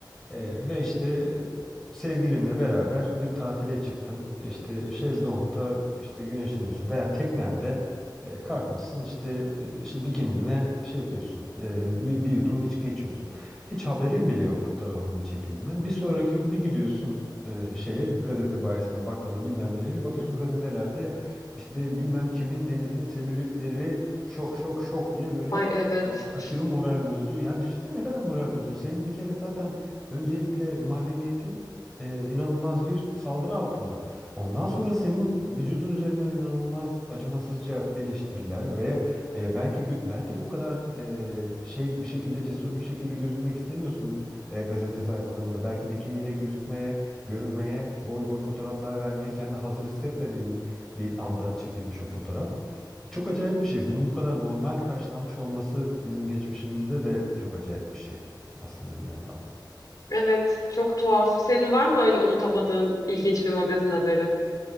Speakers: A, in the centre; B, on the left.
A: Ee, ve işte sevgilinle beraber bir tatile çıktın. E, İşte şezlongda işte güneşleniyorsun veya teknende e, kalkmışsın işte, e, işte bikininle şey yapıyorsun. E, bir, bir yudum içki içiyorsun. Hiç haberin bile yok fotoğrafının çekildiğinden. Bir sonraki gün bir gidiyorsun e, şeye gazete bayisine bakkala bilmem nereye bir bakıyorsun gazetelerde işte bilmem kimin denizin selülitleri şok şok şok diye böyle
B: Ay evet.
A: e, aşırı moral bozucu. Yani düşünsene ne kadar moral bozucu. Senin bir kere zaten Öncelikle mahremiyetin e, inanılmaz bir saldırı altında. Ondan sonra senin vücudun üzerinden inanılmaz acımasızca eleştiriler ve e, belki gö- belki de o kadar e, şey bir şekilde cesur bir şekilde gözükmek istemiyorsun e, gazete sayfalarında. Belki bikiniyle gözükmeye, görünmeye, boy boy fotoğraflar vermeye kendini hazır hissetmediğin bir anda çekilmiş o fotoğraf. Çok acayip bir şey. Bunun bu kadar normal karşılanmış olması bizim geçmişimizde de çok acayip bir şey aslında bir yandan.
B: Evet, çok tuhaf. Senin var mı öyle unutamadığın ilginç bir magazin haberi?